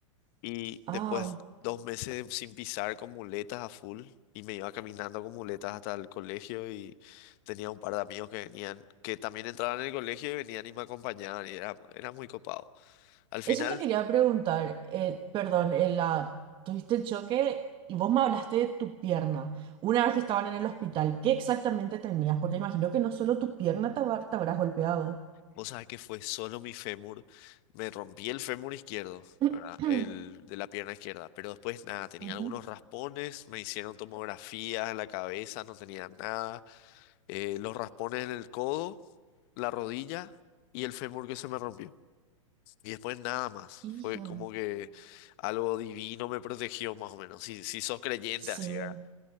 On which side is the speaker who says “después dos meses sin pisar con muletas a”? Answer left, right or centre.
Left